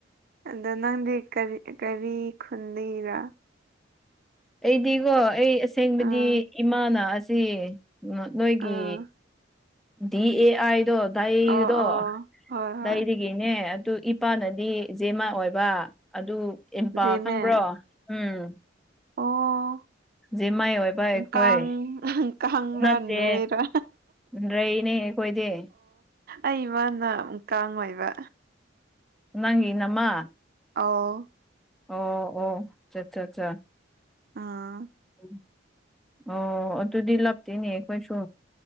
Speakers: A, on the right; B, in the centre.
A: ꯑꯗꯣ ꯅꯪꯗꯤ ꯀꯔꯤ ꯀꯔꯤ ꯈꯨꯟꯜꯂꯤꯔꯥ
B: ꯑꯩꯗꯤꯀꯣ ꯑꯩ ꯑꯁꯦꯡꯕꯗꯤ
A: ꯑꯥ
B: ꯏꯃꯥꯅ ꯑꯁꯤ ꯅꯣꯏꯒꯤ
A: ꯑꯥ
B: ꯗꯤ ꯑꯦ ꯑꯥꯏꯗꯣ ꯗꯩꯒꯤꯗꯣ
A: ꯑꯣ ꯑꯣ ꯍꯣꯏ ꯍꯣꯏ
B: ꯗꯩꯗꯤ ꯒꯤꯅꯦ ꯑꯗꯨ ꯏꯄꯥꯅꯗꯤ ꯖꯦꯃ ꯑꯣꯏꯕ ꯑꯗꯨ ꯑꯝꯄꯥ
A: ꯖꯦꯃꯦ
B: ꯈꯪꯕ꯭ꯔꯣ ꯎꯝ
A: ꯑꯣ
B: ꯖꯃꯥꯏ ꯑꯣꯏꯕ ꯑꯩꯈꯣꯏ
A: ꯀꯥꯡ ꯀꯥꯡꯔꯥ
B: ꯅꯠꯇꯦ
A: ꯅꯣꯏꯔꯥ
B: ꯭ꯔ ꯏꯅꯦ ꯀꯣꯏꯗꯦ
A: ꯑꯩꯃꯅ ꯀꯥꯡꯉꯣꯏꯕ
B: ꯅꯪꯤ ꯅꯃ
A: ꯑꯥꯎ
B: ꯑꯣ ꯑꯣꯠ ꯆꯠꯆꯥ
A: ꯑꯥ
B: ꯎ ꯑꯣ ꯑꯗꯨꯗꯤ ꯂꯞꯇꯦꯅꯦ ꯑꯩꯈꯣꯏꯁꯨ